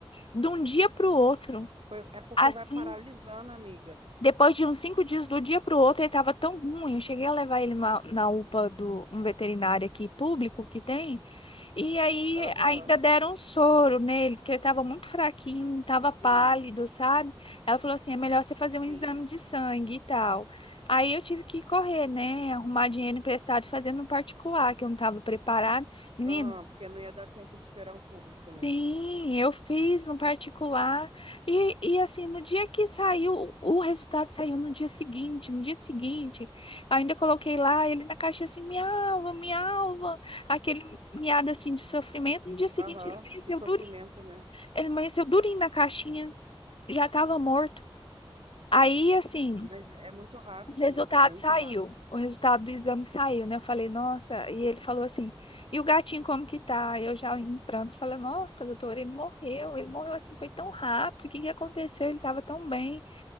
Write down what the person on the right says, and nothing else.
Foi, é porque
vai paralisando, amiga.
Aham.
Sim,
sim.
Aham, porque não ia dar tempo de esperar o público, né?
Aham,
de sofrimento,
né?
Mas é muito rápido,
amiga, muito
rápido.